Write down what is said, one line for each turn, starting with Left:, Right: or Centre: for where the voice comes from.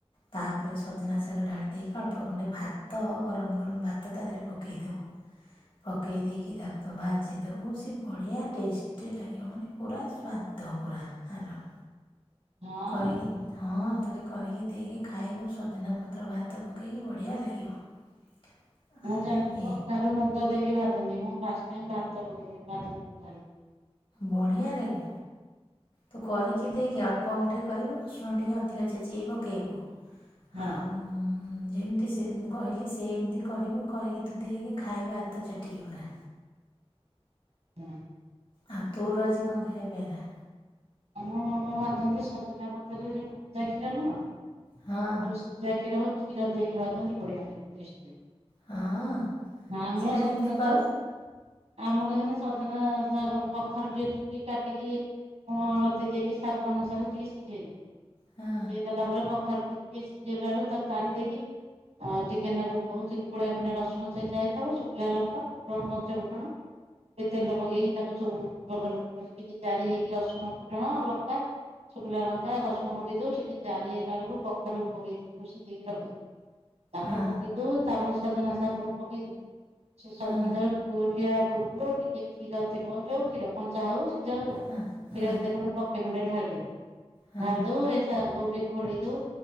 Left: ତାପରେ ସଜନା ଶାଗ ଢାଳି ଦେଇକି ଅଳ୍ପ ଖଣ୍ଡେ ଭାତ ଗରମ ଗରମ ଭାତ ତା ଦେହରେ ପ କେଇ ଦବୁ ପକେଇ ଦେଇ କି ତାକୁ ତ ଭାଜି ଦବୁ ସେ ବଢ଼ିଆ ଟେଷ୍ଟି ଲାଗିବ ମାନେ ପୁରା ସ୍ୱାଦ ପୁରା ହାଲୋ
Right: ହଁ
Left: କରିକି ହଁ ଥରେ କରିକି ଦେଇକି ଖାଇବୁ ସଜନା ପତ୍ର ଭାତ ପକେଇକି ବଢିଆ ଲାଗିବ। <unintelligible>
Right: ମୁଁ ଜାଣିଛିି କଖାରୁ
Left: ଏ
Right: ମୁଗ ଦେଇକି ଭାଜନ୍ତିି ମୁଁ ଫାଷ୍ଟଟାଇମ୍ ଭାତ ପକେଇକି ଭାଜନ୍ତି ଜାଣି
Left: ବଢିଆ ଲାଗିଅ। ତୁ କରିକି ଦେଖେ ଅଳ୍ପ ମୁଠେ କରିବୁ ରସୁଣ ଟିକେ ଅଧିକ ଛେଚିକି ପକେଇବୁ
Right: ହଁ
Left: ଆଉ <inaudible> ଯେମିତି ସେ ମୁଁ କହିଲି ସେ ଏମିତି କରିବୁ କରିକି ତୁ ଦେଇକି ଖାଇବୁ ହାତ ଚାଟିକି ପୁରା।
Right: <inaudible>
Left: ଆ ତୋର ଆଜି କଣ ଖାଇବା ହେଲା?
Right: ଆମ ମାମା ଭାଜନ୍ତି ସଜନା ପତ୍ରରେ ଯୋଉ କଞ୍ଚା କ୍ଷୀର ନୁହଁ?
Left: ହଁ
Right: ଯୋଉ ସିଜା ହୋଉଚି କ୍ଷୀର ଦେଇକି ଭାଜନ୍ତି ବଢିଆ <unintelligible>
Left: ହଁ
Right: ହଁ ଆମର
Left: ସେଇଟା
Right: ସଜନା
Left: କେମିତି କରୁ
Right: ଶାଗ ଆମର ସେମିତି ସଜନା ଶାଗ କଖାରୁ ଟିଏ ଟିକ୍ ଟିକ୍ କାଟିକି ଲୁଣ ହଳଦୀ ଦେଇକି ସ୍ୱାଦ ଅନୁସାରେ ଟିକେ ସିଝେଇ ଦବୁ
Left: ହଁ
Right: ସିଝେଇ ଦେଲା ପରେ କଖାରୁ ଟିକେ ସିଜିଲାରୁ ତାକୁ କାଢି ଦେଇକି ଆ ଟିକେ ନାକୁ ବହୁତ ଗୁଡ଼ାଏ ଖଣ୍ଡେ ରସୁଣ ଛେଚା ହେଇଥବ ଶୁଖିଲା ଲଙ୍କା ଫୁଟଣ ପଞ୍ଚ ଫୁଟଣ ଟିକେ ତେଲ ପକେଇକି ତାକୁ ସବୁ ଲଗା ଲଗି କରି ତାକୁ ଟିକେ ଜାରି ହେଇକି କି ରସୁଣ ଫୁଟଣ ଲଙ୍କା ଶୁଖିଲା ଲଙ୍କା ରସୁଣ ପକେଇ ଦବୁ ସେଠି ଜାରି ହେଇଗଲା ବେଳକୁ ପ କଖାରୁ କୁ ପକେଇ ଦବୁ ଶିଝେଇ କି ରଖିଥିବୁ ତାକୁ
Left: ହଁ
Right: ପକେଇ ବୁ ତାପରେ ସଜନା ଶାଗ କୁ ପକେଇ ଦବୁ ସେ
Left: ହଁ
Right: ସଜନା ଶାଗରେ ଲେଉଟିବା ପୂର୍ବରୁ ଟିକେ କ୍ଷୀର ଥିବ ଯଉ କ୍ଷୀର କଞ୍ଚା ହଉ ସେ ଯାହା ହେଉ କ୍ଷୀର
Left: ହଁ ହଁ
Right: ଏତେ ଖଣ୍ଡେ କପେ ଖଣ୍ଡେ ଢାଳିଦବୁ
Left: ହଁ
Right: ଢାଳି ଦବୁ ଏ ଶାଗକୁ ଟିକେ ଘୋଡେଇ ଦବୁ